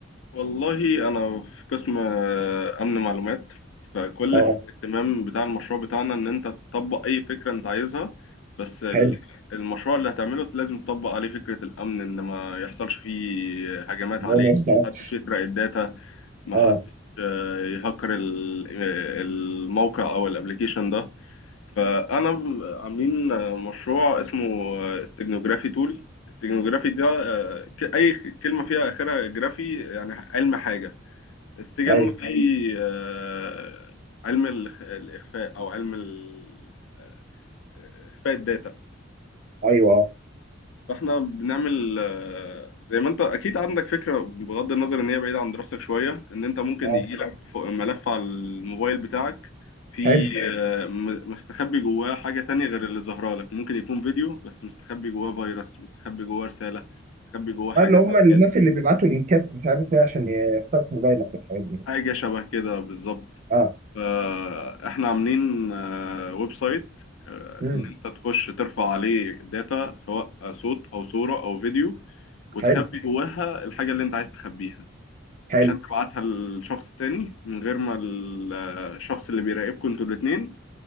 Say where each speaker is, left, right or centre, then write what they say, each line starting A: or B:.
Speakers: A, on the left; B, on the right.
A: والله انا في قسم آه، امن معلومات فكل
B: اه
A: الاهتمام بتاع المشروع بتاعنا ان انت تطبق اي فكره انت عايزها بس ال-
B: حلو
A: المشروع اللي هتعمله لازم تطبق عليه فكره الامن ان ما يحصلش فيه هجمات
B: اللي
A: عليه
B: هو ما اشتركتش
A: محدش يسرق الداتا محدش
B: اه
A: آه، يهكر ال- آه، الموقع او الابليكيشن ده فانا م- عاملين آه، مشروع اسمه استجنوجرافي تول استجنوجرافي ده آه، ك- اي كلمه فيها اخرها جرافي يعني علم حاجه استجنو
B: ايوه
A: في آه، علم ال- الاخفاء او علم ال- آه، اخفاء الداتا
B: ايوه اه
A: فاحنا بنعمل آه، زي ما انت اكيد عندك فكره بغض النظر ان هي بعيده عن دراستك شويه ان انت ممكن
B: اه
A: يجي لك ملف على الموبايل بتاعك في
B: حلو
A: آه، م- مستخبي جواه حاجه تانية غير اللي ظاهره لك ممكن يكون فيديو بس مستخبي جواه فيروس مستخبي جواه رساله مستخبي جواه حاجه
B: اه اللي هم
A: زي
B: الناس
A: كده
B: اللي بيبعتوا لينكات مش عارف ايه عشان يخترق موبايلك والحاجات دي
A: حاجه شبه كده بالظبط
B: اه
A: فاحنا عاملين آه، ويب سايت آه،
B: امم
A: ان انت تخش ترفع عليه داتا سواء صوت او صورة او فيديو وتخبي
B: حلو
A: جواها الحاجة اللي انت عايز تخبيها
B: حلو
A: عشان تبعتها لشخص تاني من غير ما ال- آه، الشخص اللي بيراقبكم انتوا الاتنين